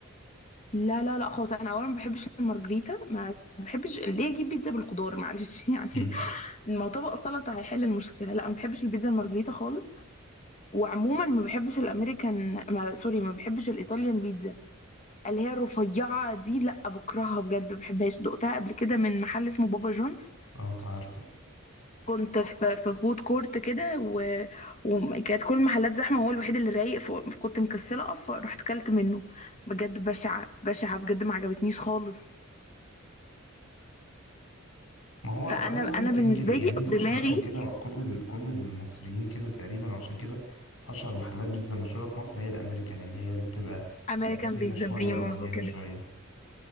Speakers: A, on the left; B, on the left.
A: لا لا لا خالص انا اولا ما بحبش المارجريتا ما بحبش ليه اجيب بيتزا بالخضار معلش <laughs> يعني
B: امم
A: ما طبق السلطه هيحل المشكله لا ما بحبش البيتزا المارجريتا خالص وعموما ما بحبش الامريكان ما سوري ما بحبش الايطاليان بيتزا اللي هي الرفيعه دي لا بكرهها بجد ما بحبهاش دقتها قبل كده من محل اسمه بابا جونز
B: اه تعرفه
A: كنت في في فود كورت كده و... وكانت كل المحلات زحمه هو الوحيد اللي رايق فكنت مكسله اقف رحت كلت منه بجد بشعه بشعه بجد ما عجبتنيش خالص
B: ما هو
A: فانا
B: وعايز
A: انا
B: اقول لك
A: بالنسبه
B: يمكن يعني
A: لي
B: انت
A: أو
B: مش
A: دماغي
B: لوحدك كده كل ال... كل المصريين كده تقريبا وعشان كده اشهر محلات بيتزا مشهوره في مصر هي الامريكان اللي هي اللي بتبقى
A: امريكان
B: آه، تخينه
A: بيتزا
B: شويه
A: بريموز
B: او مليانه
A: وكده
B: شويه